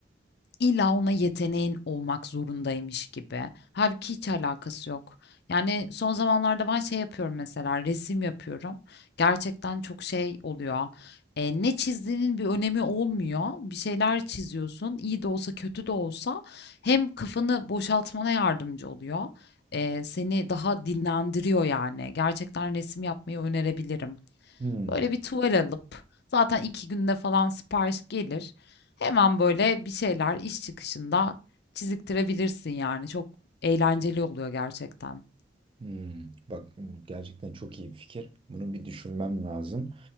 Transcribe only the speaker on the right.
Hmm,
hmm. Bak gerçekten çok iyi bir fikir. Bunu bir düşünmem lazım.